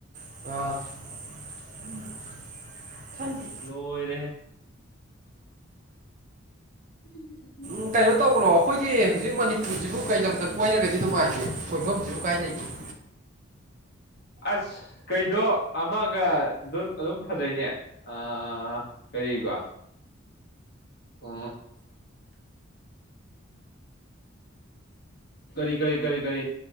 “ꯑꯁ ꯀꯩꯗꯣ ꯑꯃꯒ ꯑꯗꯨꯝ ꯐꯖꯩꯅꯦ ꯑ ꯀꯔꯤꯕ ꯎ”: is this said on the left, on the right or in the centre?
Left